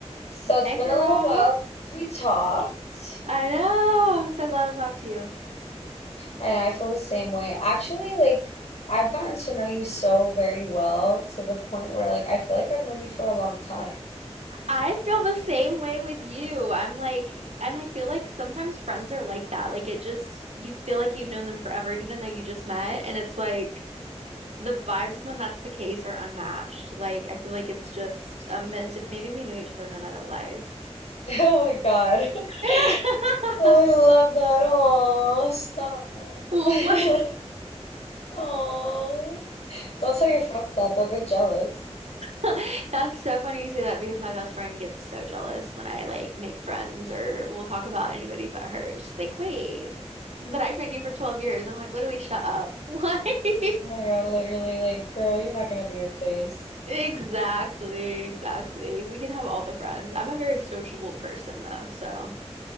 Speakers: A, on the left; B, on the right.
A: So it's
B: Hey
A: been
B: girl.
A: a little while since we talked,
B: I know. I'm so glad to talk to you.
A: and I feel the same way. Actually, like I've gotten to know you so very well to the point where like I feel like I've known you for a long time. <laughs>
B: I feel the same way with you. I'm like, and I feel like sometimes friends are like that. Like it just, you feel like you've known them forever, even though you just met. And it's like the vibes when that's the case are unmatched. Like I feel like it's just um, meant to, maybe we knew each other in another life.
A: Oh my God. <laughs>
B: <laughs>
A: Oh, I love that. Oh, stop.
B: Literally.
A: <laughs> Oh. Don't tell your friends that. They'll get jealous.
B: <laughs> That's so funny you say that because my best friend gets so jealous when I like make friends or we'll talk about anybody but her. She's like, wait, but I've known you for 12 years. I'm like, literally, shut up. <laughs>
A: Oh my God, literally, like, girl, you're not gonna be replaced.
B: Like, exactly, exactly. We can have all the friends. I'm a very sociable person though. So,